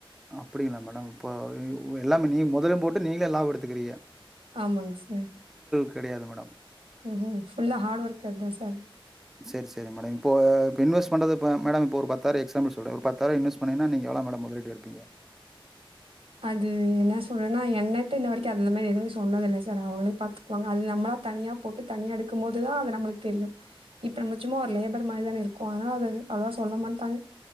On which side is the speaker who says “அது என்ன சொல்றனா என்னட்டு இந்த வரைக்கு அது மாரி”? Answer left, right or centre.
Right